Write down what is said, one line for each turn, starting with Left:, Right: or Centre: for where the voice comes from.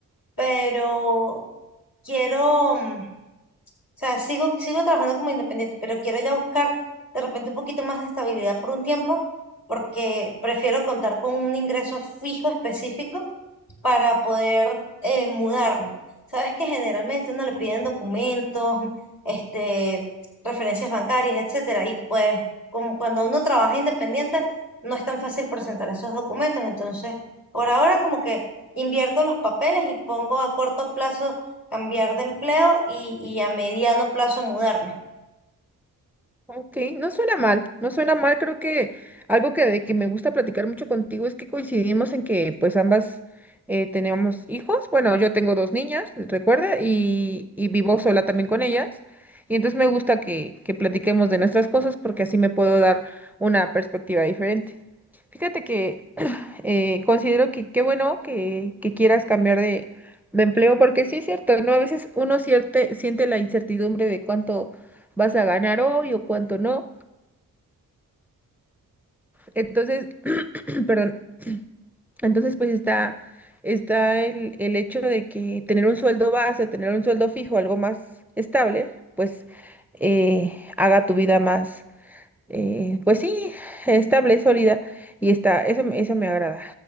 Left: pero quiero, mm, o sea, sigo, sigo trabajando como independiente, pero quiero ya buscar de repente un poquito más de estabilidad por un tiempo, porque prefiero contar con un ingreso fijo específico para poder eh, mudarme. Sabes que generalmente uno le piden documentos, este, referencias bancarias, etcétera, y pues como cuando uno trabaja independiente no es tan fácil presentar esos documentos, entonces por ahora como que invierto los papeles y pongo a corto plazo cambiar de empleo y, y a mediano plazo mudarme.
Centre: Ok, no suena mal, no suena mal, creo que algo que, de que me gusta platicar mucho contigo es que coincidimos en que pues ambas eh, tenemos hijos, bueno, yo tengo dos niñas, recuerda, y, y vivo sola también con ellas, y entonces me gusta que, que platiquemos de nuestras cosas porque así me puedo dar una perspectiva diferente. Fíjate que eh, considero que qué bueno que, que quieras cambiar de, de empleo, porque sí es cierto, ¿no? A veces uno cierte- siente la incertidumbre de cuánto vas a ganar hoy o cuánto no. Entonces, <clears throat> perdón, entonces pues está, está el, el hecho de que tener un sueldo base, tener un sueldo fijo, algo más estable, pues eh, haga tu vida Eh, pues sí, estable, sólida y está, eso, me- eso me agrada.